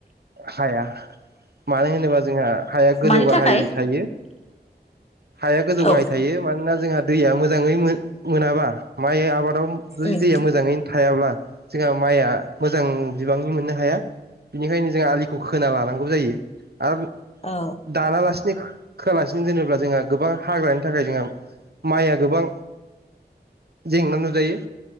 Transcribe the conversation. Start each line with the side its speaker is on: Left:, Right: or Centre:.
Right: हाया मानो होनोबा जोंहा हाया गोजौ
Left: मानि
Right: गाहाय
Left: थाखाय
Right: थायो हाया गोजौ गाहाय
Left: औ
Right: थायो मानोना जोंहा दैया मोजाङै मोनाबा माइ आबाद <unintelligible> जुदि
Left: उम
Right: दैया मोजाङैनो थायाब्ला जोंहा माइआ मोजां बिबांनि मोननो हाया बिनिखायनो जोंहा आलिखौ खोना लानांगौ जायो। आरो
Left: औ
Right: दानालासिनो खोआलासिनो दोनोब्ला जोंहा गोबां हाग्रानि थाखाय जोंहा माइया गोबां जेंना नुजायो